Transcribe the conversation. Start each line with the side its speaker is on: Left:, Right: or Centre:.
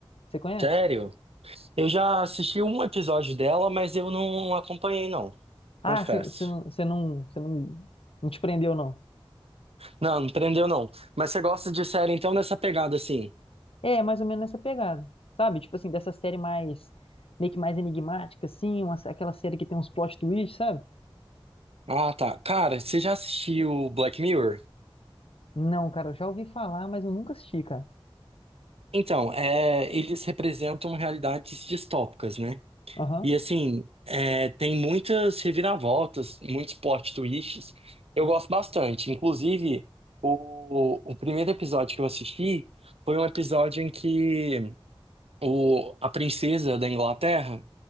Left: Você conhece?
Right: Sério? Eu já assisti um episódio dela, mas eu não acompanhei, não.
Left: Ah,
Right: Confesso.
Left: você você não, você não, você não, não te prendeu, não.
Right: Não, não prendeu, não. Mas você gosta de série, então, nessa pegada assim?
Left: É, mais ou menos nessa pegada, sabe? Tipo assim, dessa série mais, meio que mais enigmática, assim, uma, aquela série que tem uns plot twists, sabe?
Right: Ah, tá. Cara, você já assistiu Black Mirror?
Left: Não, cara, eu já ouvi falar, mas eu nunca assisti, cara.
Right: Então, é, eles representam realidades distópicas, né?
Left: Aham,
Right: E assim, é, tem muitas reviravoltas, muitos plot twists. Eu gosto bastante. Inclusive, o, o primeiro episódio que eu assisti foi um episódio em que o, a princesa da Inglaterra,